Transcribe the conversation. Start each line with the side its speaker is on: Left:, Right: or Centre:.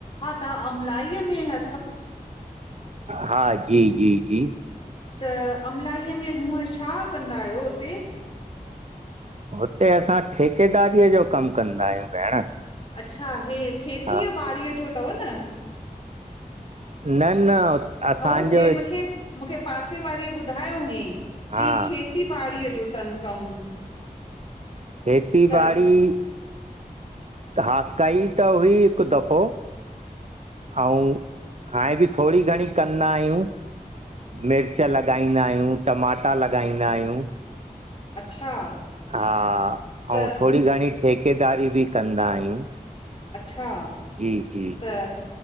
Left: त अमलाई में ह
Right: हा जी जी जी
Left: त अमलाईअ में हूअं छा कंदा आहियो हुते?
Right: हुते असां ठेकेदारीअ जो कमु कंदा आहियूं भेण
Left: अच्छा हे खेतीअ
Right: हा
Left: ॿारी जो तव न?
Right: न न असांजो
Left: हो चय मूंखे मूंखे पासे वारीअ ॿुधायो हुईं
Right: हा
Left: चई खेती ॿारी जो तन कमु
Right: खेेती
Left: त
Right: बाड़ी हा कई त हुई हिकु दफ़ो अउ हाणे बि थोडी घणी कंदा आहियूं मिर्च लॻाईंदा आहियूं टमाटा लॻाईंदा आहियूं
Left: अच्छा
Right: हा
Left: त
Right: अऊ थोडी घणी ठेकेदारी बि कंदा आहियूं
Left: अच्छा
Right: जी जी
Left: त
Right: जी